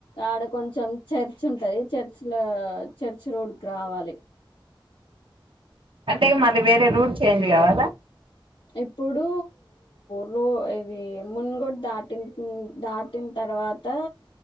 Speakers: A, on the left (about 70°); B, on the right (about 80°).
A: అడా కొంచెం చర్చ్ ఉంటది చర్చ్ లో చర్ చర్చ్ రోడ్కి రావాలి
B: అంటే మాది వేరే రూట్ చేంజ్ కావాలా
A: ఇప్పుడు లో ఇది మున్గోడు దాటింది దాటిన తర్వాత